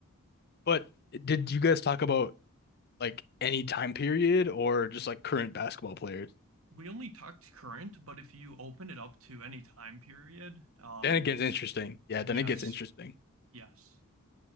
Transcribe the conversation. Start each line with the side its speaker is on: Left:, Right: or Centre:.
Left: But did you guys talk about like any time period or just like current basketball players?
Right: We only talked current, but if you open it up to any time period, um,
Left: Then it gets interesting. Yeah, then
Right: yes,
Left: it gets interesting.
Right: yes.